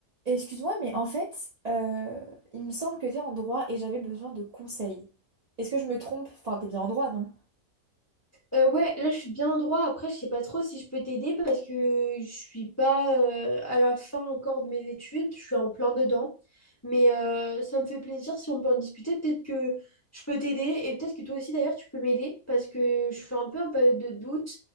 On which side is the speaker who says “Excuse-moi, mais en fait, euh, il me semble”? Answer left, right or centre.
Right